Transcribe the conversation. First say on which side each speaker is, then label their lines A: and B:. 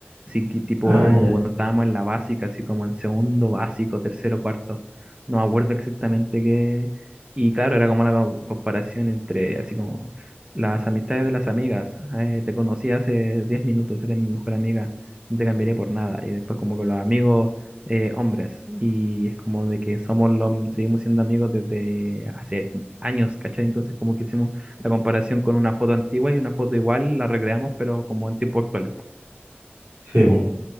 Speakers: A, on the right (about 25°); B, on the right (about 80°).
A: así que tipo
B: Ah, ya.
A: cuando estábamos en la básica, así como en segundo básico, tercero, cuarto, no me acuerdo exactamente qué, y claro, era como la co- comparación entre, así como las amistades de las amigas, eh, te conocí hace 10 minutos, eres mi mejor amiga, no te cambiaría por nada, y después como con los amigos eh, hombres y es como de que somos los, seguimos siendo amigos desde hace años, ¿cachai? Entonces como que hicimos la comparación con una foto antigua y una foto igual, la recreamos pero como en tiempos actuales. po.
B: Sí, po.